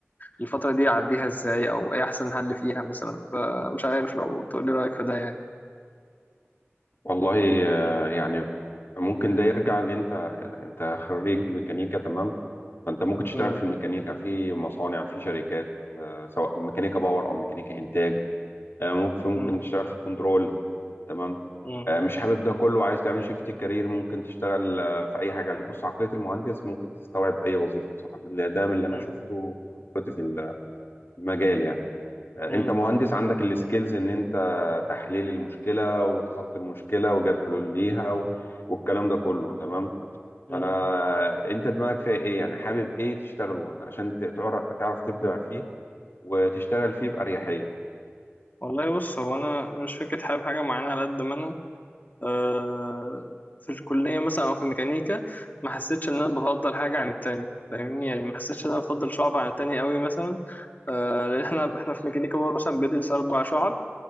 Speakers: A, on the left (about 40°); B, on the left (about 55°).
A: الفترة دي أعديها إزاي أو إيه أحسن حل فيها مثلا فمش عارف لو تقول لي رأيك في ده يعني
B: والله آه، يعني ممكن ده يرجع اللي انت انت خريج ميكانيكا تمام فانت ممكن تشتغل
A: مم.
B: في الميكانيكا في مصانع في شركات آه، سواء ميكانيكا باور او ميكانيكا انتاج آه، ممكن ممكن
A: مم.
B: تشتغل في الكنترول تمام
A: مم.
B: آه، مش حابب ده كله عايز تعمل شيفت كارير ممكن تشتغل آه، في اي حاجه بص عقليه المهندس ممكن تستوعب اي وظيفه بصراحه بالله ده من اللي
A: مم.
B: انا شفته خبرتي في المجال يعني آه،
A: مم.
B: انت مهندس عندك السكيلز ان انت تحليل المشكله وتخطي المشكله وجد حلول ليها و... والكلام ده كله تمام
A: مم.
B: فانا انت دماغك فيها ايه يعني حابب ايه تشتغل وانا عشان ت- تعرف تعرف تبدع فيه وتشتغل فيه باريحيه
A: والله بص هو أنا مش فكرة حابب حاجة معينة على قد ما أنا آه في الكلية مثلا أو في الميكانيكا ما حسيتش إن أنا بفضل حاجة عن التاني فاهمني يعني ما حسيتش إن أنا بفضل شعب
B: مم.
A: عن التاني قوي مثلا آه لأن إحنا إحنا في ميكانيكا برضه مثلا بندرس أربع شعب